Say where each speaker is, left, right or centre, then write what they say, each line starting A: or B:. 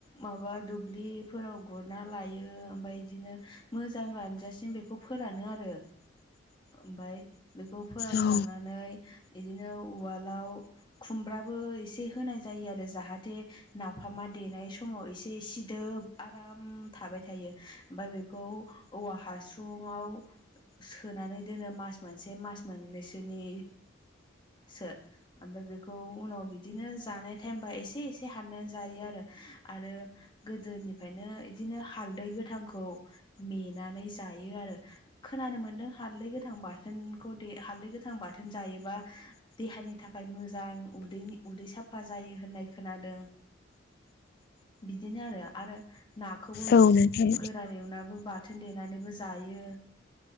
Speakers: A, on the left; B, on the left.
A: माबा दुब्लिफोराव गुरना लायो ओमफाय इदिनो मोजां रानजासिम बेखौ फोरानो आरो। ओमफाय बेखौ फोरानखांनानै
B: औ
A: इदिनो उवालाव खुमब्राबो इसे होनाय जायो आरो जाहाथे नाफामा देनाय समाव एसे सिदो ब आराम थाबाय थायो ओमफाय बेखौ औवा हासुुंङाव सोनानै दोनो मास मोनसे मास मोननैसोनि सो ओमफ्राय बेखौ उनाव बिदिनो जानाय टाइमबा एसे एसे हाननानै जायो आरो आरो गोदोनिफ्रायनो इदिनो हालदै गोथांखौ मेनानै जायो आरो। खोनानो मोनदों हालदै गोथां बाथोनखौ दे हालदै गोथां बाथोन जायोबा देहानि थाखाय मोजां उदैनि उदै साफा जायो होननाय खोनादों बिदिनो आरो आरो ना खौबो
B: औ नोंथां
A: गोरान एवनाबो बाथोन देनानैबो जायो।